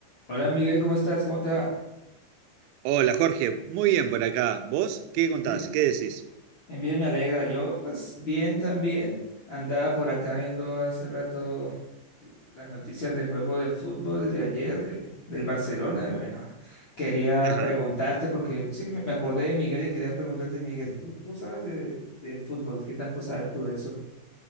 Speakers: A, on the left; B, on the right.
A: Hola Miguel, ¿cómo estás? ¿Cómo te va?
B: Hola Jorge, muy bien por acá. ¿Vos qué contás?
A: Sí,
B: ¿Qué decís?
A: bien, bien, me alegra. Yo, pues bien también. Andaba por acá viendo hace rato las noticias del juego de fútbol de ayer, de, del Barcelona. y Bueno, quería
B: Ajá.
A: preguntarte, porque sí que me me acordé de Miguel y quería preguntarte, Miguel, ¿tú, tú sabes de, de fútbol? ¿Qué tanto sabes tú de eso?